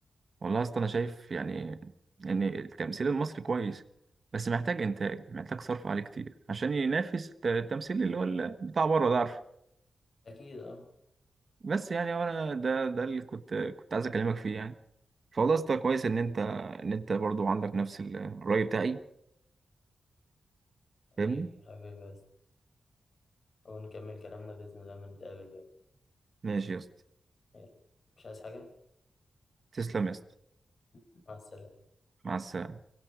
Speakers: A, on the right (about 35°); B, on the left (about 45°).
A: والله يا اسطى أنا شايف يعني إن التمثيل المصري كويس بس محتاج إنتاج محتاج صرف عليه كتير عشان ينافس الت- التمثيل اللي هو ال- بتاع بره ده عارفه
B: اكيد اه
A: بس يعني وأنا ده ده اللي كنت كنت عايز أكلمك فيه يعني فوالله يا اسطى كويس إن أنت إن أنت برضه عندك نفس الرأي بتاعي
B: حبيبي
A: فاهمني
B: حبيبي بس ونكمل كلامنا باذن الله لما نتقابل بقى
A: ماشي يا اسطى
B: يلا. مش عايز حاجه
A: تسلم يا اسطى
B: مع السلامه
A: مع السلامة